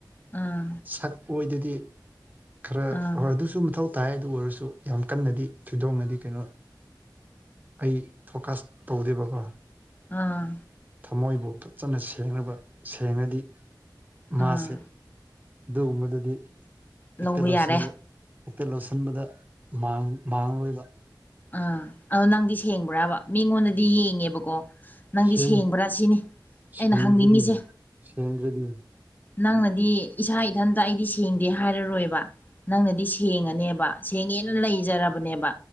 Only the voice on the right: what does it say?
ꯁꯛ ꯑꯣꯏꯗꯗꯤ ꯈꯔ
ꯍꯣꯏ ꯑꯗꯨꯁꯨ ꯃꯊꯧ ꯇ ꯇꯥꯏ ꯑꯗꯨ ꯑꯣꯏꯔꯁꯨ ꯌꯥꯝ ꯀꯟꯅꯗꯤ ꯊꯣꯏꯗꯣꯛꯅꯗꯤ ꯀꯩꯅꯣ ꯑꯩ ꯐꯣꯀꯥꯁ ꯇꯧꯗꯦꯕꯀꯣ
ꯊꯃꯣꯏꯕꯨ ꯐꯖꯅ ꯁꯦꯡꯅꯕ ꯁꯦꯡꯉꯗꯤ ꯃꯥꯁꯦ
ꯑꯗꯨꯒꯨꯝꯕꯗꯨꯗꯤ ꯍꯦꯛꯇ
ꯂꯣꯠꯁꯤꯟꯕ
ꯍꯦꯛꯇ ꯂꯣꯠꯁꯤꯟꯕꯗ ꯃꯥꯡꯉꯔꯣꯏꯕ
ꯁꯦꯡ
ꯁꯦꯡꯗ꯭ꯔꯗꯤ
ꯁꯦꯡꯗ꯭ꯔꯗꯤ